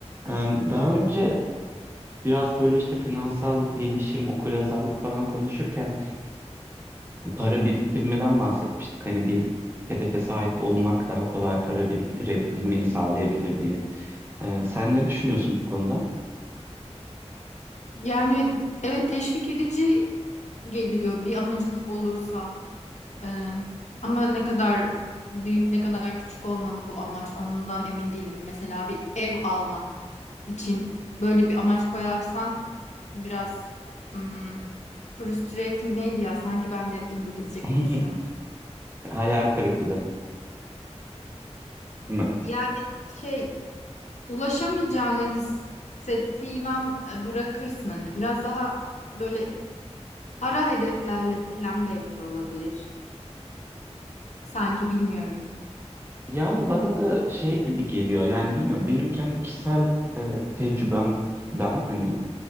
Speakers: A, on the right (about 20°); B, on the left (about 85°).
A: Em, Daha önce biraz böyle işte finansal gelişim, okuryazarlık falan konuşurken para biriktirmeden bahsetmiştik. Hani bir hedefe sahip olmak daha kolay para biriktirebilmeyi sağlayabilir diye. Ee, sen ne düşünüyorsun bu konuda?
B: Yani evet teşvik edici geliyor bir amacın olursa. Ee, ama ne kadar büyük ne kadar küçük olmalı bu amaç ondan emin değilim. Mesela bir ev almak için böyle bir amaç koyarsan biraz hmm, frustrating neydi ya? Sanki ben de hep İngilizce
A: <laughs>
B: konuşuyormuşum.
A: Hayal kırıklığı mı?
B: Yani şey ulaşamayacağını hissettiğin an e, bırakırsın hani biraz daha böyle ara hedeflerle falan belki olabilir. Sanki bilmiyorum.
A: Yani bana da şey gibi geliyor. Yani bilmiyorum. Benim kendi kişisel e, tecrübemden hani